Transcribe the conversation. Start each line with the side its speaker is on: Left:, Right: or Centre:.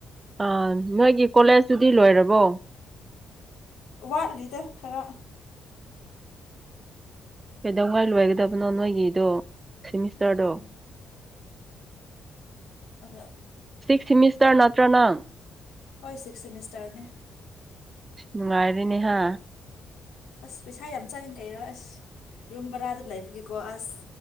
Right: ꯑ ꯃꯥꯒꯤ ꯀꯣꯂꯦꯖꯇꯨꯗꯤ ꯂꯣꯏꯔꯕꯣ
Left: ꯋꯥꯠꯂꯤꯗ ꯈꯔ
Right: ꯀꯩꯗꯧ ꯋꯥꯏ ꯂꯣꯏꯒꯗꯕꯅꯣ ꯅꯣꯏꯒꯤꯗꯣ ꯁꯤꯦꯃꯤꯁꯇꯔꯗꯣ
Left: ꯎꯝ ꯑ
Right: ꯁꯤꯛꯁ ꯁꯤꯃꯤꯁꯇꯔ ꯅꯠꯇ꯭ꯔ ꯅꯪ
Left: ꯍꯣꯏ ꯁꯤꯛꯁ ꯁꯦꯃꯤꯁꯇꯔꯅꯦ
Right: ꯅꯨꯡꯉꯥꯏꯔꯤꯦꯅꯦꯍ
Left: ꯑꯁ ꯄꯩꯁꯥ ꯌꯥꯝ ꯆꯪꯉꯦ ꯀꯩꯔꯣ ꯑꯁ ꯌꯨꯝ ꯕꯔꯥꯗ ꯂꯩꯕꯒꯤꯦꯀꯣ ꯑꯁ